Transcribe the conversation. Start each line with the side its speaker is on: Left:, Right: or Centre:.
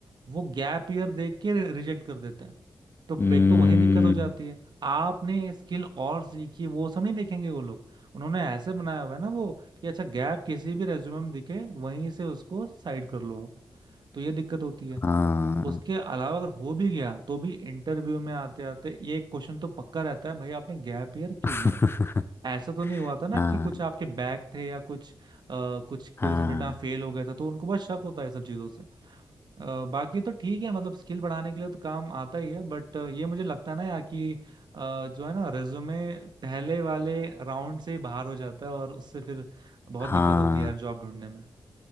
Right: वो गैप ईयर देख के रिजेक्ट कर देते हैं तो
Left: हम्म,
Right: एक तो वही दिक्कत हो जाती है आपने स्किल और सीखी वो सब नहीं देखेंगे वो लोग उन्होंने ऐसे बनाया हुआ है ना वो कि अच्छा गैप किसी भी रेज्यूमे में दिखे वहीं से उसको साइड कर लो आप तो ये दिक्कत होती है
Left: हाँ
Right: उसके अलावा अगर हो भी गया तो भी इंटरव्यू में आते आते ये एक क्वेश्चन तो पक्का रहता है भाई आपने गैप ईयर क्यों
Left: <laughs>
Right: लिया ऐसा तो नहीं हुआ था ना
Left: हाँ
Right: कि कुछ आपके बैक थे या कुछ अ, कुछ
Left: हाँ
Right: कोई सब्जेक्ट में फेल हो गए थे तो उनको बहुत शक होता है ये सब चीजों से अ, बाकी तो ठीक है मतलब स्किल बढ़ाने के लिए तो काम आता ही है बट ये मुझे लगता है ना यार कि अ, जो है ना रेज्यूमे पहले वाले राउंड से ही बाहर हो जाता है और उससे फिर बहुत
Left: हाँ
Right: दिक्कत होती है यार जॉब ढूंढने में